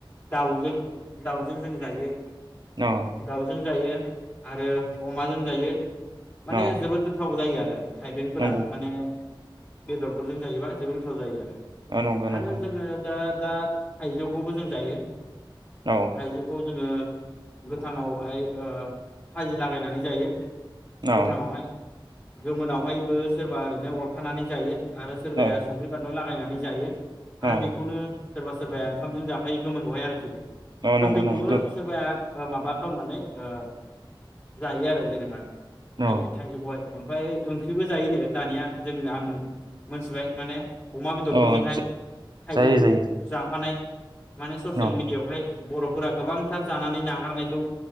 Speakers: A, on the left; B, on the right.
A: दाउजों दाउजों जों जायो
B: अ
A: दाउजों जायो आरो अमाजों जायो माने
B: अ
A: जोबोद गोथाव जायो आरो द थाइबेंफोरा
B: नंगौ
A: माने बेदर फोरजों जायोबा जोबोद गोथाव जायो आरो
B: अ नंगौ
A: आरो
B: नंगौ
A: जोङो दा दा थाइजौखौबो जों जायो
B: औ
A: थाइजौखौ जोङो गोथाङावहाय ओ खाजि लागायनानै जायो
B: औ
A: गोथाङावहाय गोमोनावहायबो सोरबा ओरैनो अरखानानै जायो आरो सोरबाया
B: औ
A: संख्रि बानलु ला गायनानै जायो आरो
B: औ
A: बेखौनो सोरबा सोरबाया ओंखामजों जाफायो गोमोन खौहाय आरोखि
B: औ
A: गोखैखौबो
B: नंगौ नंगौ गो
A: सोरबाया ओ माबा खालामनानै ओ जायो आरो जेनेबा थाइ
B: अ
A: थाइजौखौहाय ओमफ्राय ओंख्रिबो जायोनो दानिया जों आं मोनथिबाय माने अमा बेदरफोरजोंहाय
B: अ जा-
A: थाइजौखौ
B: जायो जायो
A: जाफानाय माने ससियेल
B: अ
A: मिडियाआवहाय बर'फोरा गोबांथार जानानै नागारनायखौ